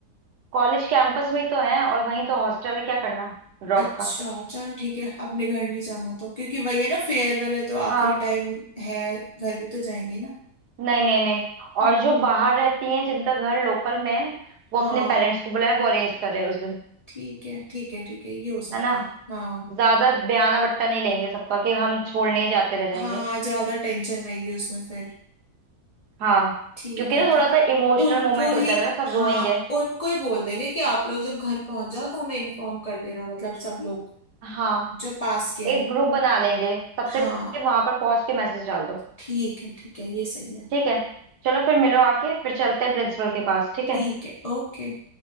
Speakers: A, on the right (about 75°); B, on the left (about 30°).
A: कॉलेज कैंपस में ही तो है और वहीं तो हॉस्टल है क्या करना ड्रॉप
B: अच्छा
A: का
B: चलो ठीक है अपने घर नहीं जाना तो क्योंकि वही है ना फेयरवेल है तो आखिरी
A: हाँ
B: टाइम है घर भी तो जाएंगे ना
A: नहीं नहीं नहीं
B: हम्म,
A: और जो बाहर रहती हैं जिनका घर लोकल में है वो
B: हाँ
A: अपने पेरेंट्स को बुलाए वो अरेंज कर रहे हैं उस दिन
B: ठीक है ठीक है ठीक है ये हो सकता
A: है ना
B: है हाँ
A: ज्यादा बयाना बट्टा नहीं लेंगे सबका कि हम छोड़ने ही जाते रह जाएंगे
B: हाँ हाँ ज्यादा टेंशन रहेगी उसमें फिर
A: हाँ
B: ठीक
A: क्योंकि
B: है
A: ना थोड़ा
B: ठीक
A: सा
B: है
A: इमोशनल
B: उनको
A: मोमेंट
B: ही
A: हो जाएगा ना सब
B: हाँ
A: रोएंगे
B: उनको ही बोल देंगे कि आप लोग जब घर पहुंच जाओ तो हमें इन्फॉर्म कर देना मतलब सब लोग
A: हाँ
B: जो पास के हैं
A: एक ग्रुप बना लेंगे सबसे
B: हाँ
A: वहां पर पहुंच के मैसेज डाल दो
B: ठीक है ठीक है ये सही है
A: ठीक है चलो फिर मिलो आके फिर चलते हैं प्रिंसिपल के पास ठीक
B: ठीक
A: है
B: है ओके